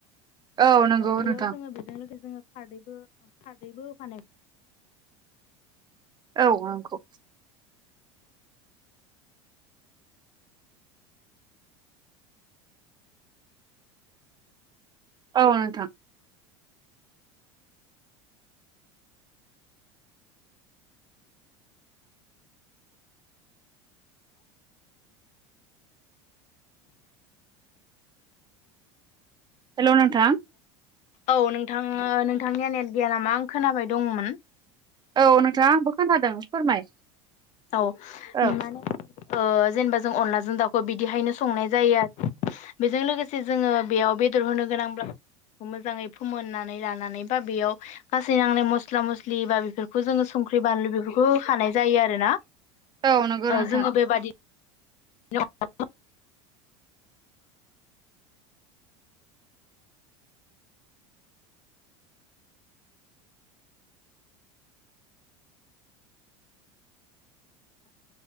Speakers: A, on the right; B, on the left.
A: औ नंगौ
B: बेयाव
A: नोंथां
B: जोङो बेजों जोङो खारदैबो खारदैबो होबानोहायो
A: औ नंगौ औ नोंथां हेल' नोंथां
B: औ नोंथाङ नोंथांनिया नेट गैया नामा आं खोनाबाय दंमोन
A: औ नोंथाङा आंबो खोनादों फोरमाय
B: औ
A: औ
B: माने ओ जेनेबा जों अनलाजों दाउखौ बिदिहायनो संनाय जायो आरो बेजों लोगोसे जोङो बेयाव बेदर होनो गोनांब्ला मोजाङै फोमोननानै लानानै बा बेयाव गासै नांनाय मस्ला मस्लि बा बेफोरखौ जोङो संख्रि बानलु बेफोरखौ खानाय जायो आरो ना
A: औ नंगौ नोंथां
B: जोङो बेबादि अन